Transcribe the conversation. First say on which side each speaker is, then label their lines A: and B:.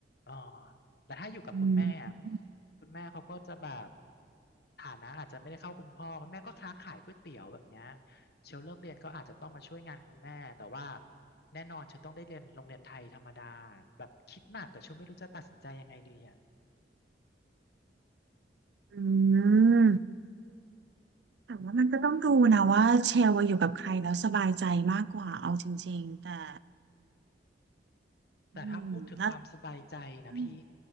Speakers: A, on the left (about 60°); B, on the right (about 70°).
A: อ๋อ แต่ถ้าอยู่กับคุณแม่อะ
B: อืม
A: คุณแม่เขาก็จะแบบฐานะอาจจะไม่ได้เข้าคุณพ่อคุณแม่ก็ค้าขายก๋วยเตี๋ยวแบบเนี้ยเชลเลิกเรียนก็อาจจะต้องมาช่วยงานคุณแม่แต่ว่าแน่นอนเชลต้องได้เรียนโรงเรียนไทยธรรมดาแบบคิดหนักกับเชลไม่รู้จะตัดสินใจยังไงดีอ่ะ
B: อืมแต่ว่ามันก็ต้องดูนะว่าเชลว่าอยู่กับใครแล้วสบายใจมากกว่าเอาจริงๆแต่
A: แต่ถ้าพูดถึงความสบายใจนะพี่
B: อืมแล้วอืม